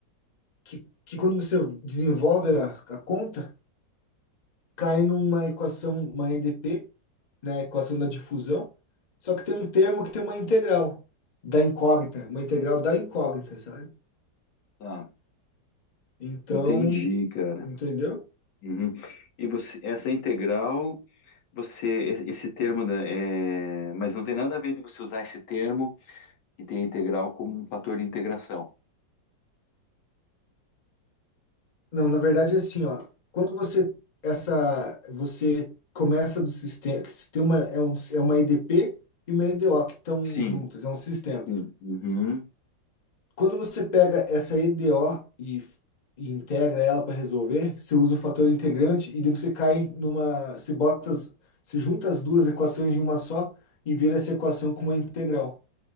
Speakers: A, on the left; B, on the left.
A: que, que quando você desenvolve a, a conta, cai numa equação, uma EDP, né? Equação da difusão. Só que tem um termo que tem uma integral da incógnita, uma integral da incógnita, sabe?
B: Tá,
A: Então,
B: entendi, cara.
A: entendeu?
B: Uhum. E você, essa integral, você, esse termo, da- é, mas não tem nada a ver de você usar esse termo que tem a integral como um fator de integração.
A: Não, na verdade é assim, ó. Quando você essa você começa do sistema, que sistema é, um, é uma EDP e uma EDO que estão
B: Sim,
A: juntas, é um sistema.
B: sim. Uhum.
A: Quando você pega essa EDO e, e integra ela para resolver, você usa o fator integrante e daí você cai numa, você bota as, você junta as duas equações em uma só e vira essa equação com uma integral,